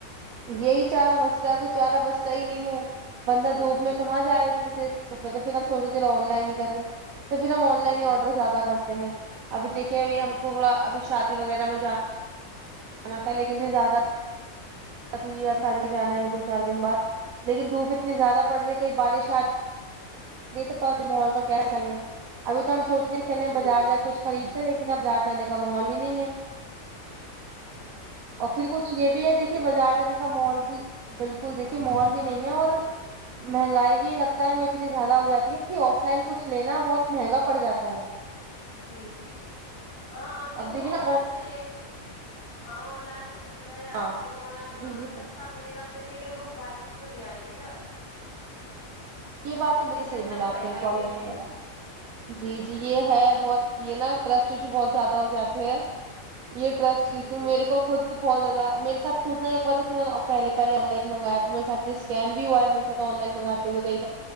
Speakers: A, on the right (about 80°); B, on the left (about 50°).
A: یہی چارا بچتا ہے کچھ چارا بچتا ہی نہیں ہے بندہ دھوپ
B: جی
A: میں کہاں جائے اتنے تیز میں تو پھر ہم سوچے چلو آن لائن ہی کرلیں تو پھر ہم آن لائن ہی
B: جی
A: آرڈر زیادہ کرتے ہیں ابھی دیکھ ئیے
B: جی
A: ہم کو تھوڑا ابھی شادی وغیرہ میں جاننا تھا لیکن پھر زیادہ ابھی <unintelligible> جانا ہے مجھے چار دن بعد لیکن دھوپ اتنی زیادہ پڑ رہی ہے کہیں بارش آے تمہیں تو پتہ ماحول کا کیا صحیح ہے ابھی تو ہم سوچ رے چلیں بازار
B: جی
A: جاکے کچھ خریدتے لیکن اب بازار جانے کا ماحول ہی نہیں ہے
B: ہاں
A: اور پھر کچھ یہ
B: ایسا
A: بھی ہے دیکھیے
B: ہی ہوتا
A: بازار
B: ہے
A: جانے ماحول بھی بالکل دیکھیے ماحول بھی نہیں ہے اور مہنگائی بھی لگتا ہے میں اتنی زیادہ ہو جاتی ہے کہ آف لائن کچھ لینا بہت مہنگا پڑ جاتا ہے
B: جی جی ہاں دیکھو
A: اب دیکھیے
B: آن
A: نا
B: لائن میں یہ کہ ہاں آن لائن میں آپ
A: ہاں
B: دیکھو آن لائن کرو
A: جی
B: گے
A: جی
B: سستا ملے گا لیکن وہ کوالٹی تو نہیں آئے گی نا
A: یہ بات تو بالکل
B: اس سے
A: صحیح
B: اچھا
A: بولا
B: تو مہنگا
A: آپ کے یہ
B: ہی
A: کالج
B: لے لیں
A: وغیرہ جی جی جی یہ ہے بہت یہ نا ٹرسٹ ایشو بہت زیادہ ہو جاتے ہیں یہ ٹرسٹ یشو
B: جی
A: میرے کو خود بہت زیادہ میرے ساتھ خود نہ ایک بار جیسے میں نے پہلے پہلے آن لائن منگایا تو میرے ساتھ سکم بھی ہوا ہے آن لائن منگاتے ہوئے گئی